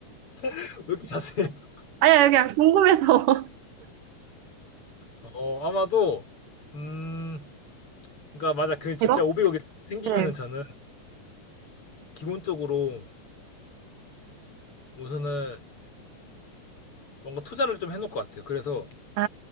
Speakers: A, on the left; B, on the right.
A: <laughs> 왜 이렇게 자세해요? <laughs>
B: 아니요, 그냥 궁금해서. <laughs>
A: 어 아마도 음 그러니까 맞아 그 진짜
B: 1억
A: 500억이 생기면은
B: 네.
A: 저는 기본적으로 우선은 뭔가 투자를 좀 해놓을 것 같아요. 그래서
B: 아,